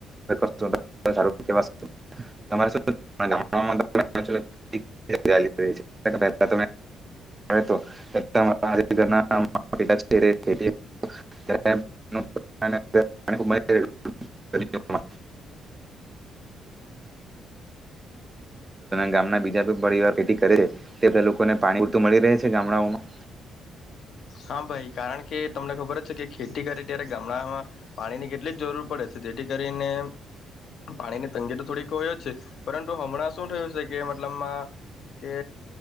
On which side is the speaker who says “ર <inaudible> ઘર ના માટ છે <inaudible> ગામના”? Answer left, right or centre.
Right